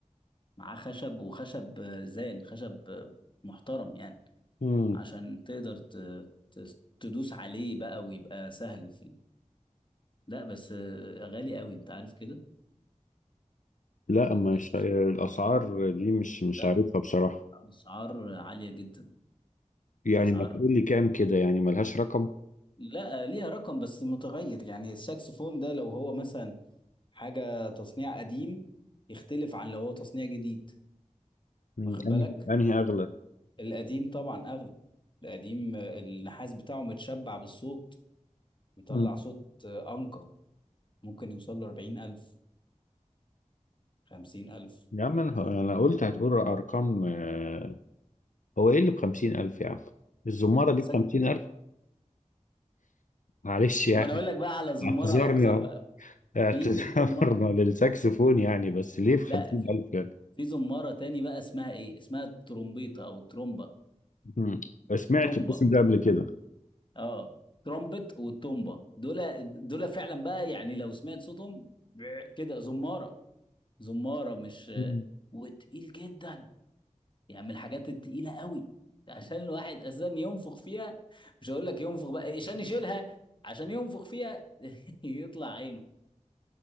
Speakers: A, on the left; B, on the left.
A: معاه خشب وخشب آه، زان خشب آه، محترم يعني
B: مم.
A: عشان تقدر ت... ت... تدوس عليه بقى ويبقى سهل في ال- لا بس آه، غالي قوي انت عارف كده
B: لا مش
A: دي أبس-
B: الاسعار دي مش مش
A: لا
B: عارفها بصراحه
A: اسعار عالية جدا
B: يعني
A: اسعار
B: ما تقول لي كام كده يعني ملهاش رقم
A: لا ليها رقم بس متغير يعني الساكسفون ده لو هو مثلا حاجة تصنيع قديم يختلف عن لو هو تصنيع جديد
B: مم،
A: واخد
B: انهي
A: بالك
B: انهي اغلى
A: القديم طبعا أغلى القديم آه، النحاس بتاعه متشبع بالصوت بيطلع
B: مم.
A: صوت آه، أنقى ممكن يوصل ل 40000 50000
B: يا عم انا انا قلت هتقول ارقام آه، هو ايه اللي ب 50000 يا عم الزماره
A: السك
B: دي ب 50000 معلش يعني
A: طب أنا أقول لك بقى على زمارة
B: اعتذرنا
A: أكتر بقى
B: اعتذرنا
A: في في زمارة
B: <laughs> للساكسفون يعني بس ليه في
A: لا
B: 50000
A: في,
B: يعني
A: في زمارة تاني بقى اسمها إيه اسمها الترومبيطة أو الترومبا
B: مم. سمعت
A: تومبا
B: الاسم ده قبل كده
A: اه ترومبت والتومبا دول دول فعلا بقى يعني لو سمعت صوتهم بع- كده زمارة زمارة مش
B: مم.
A: وتقيل جدا يعني من الحاجات التقيلة قوي عشان الواحد اساسا ينفخ فيها مش هقول لك ينفخ بقى عشان يشيلها عشان ينفخ فيها <laughs> يطلع عينه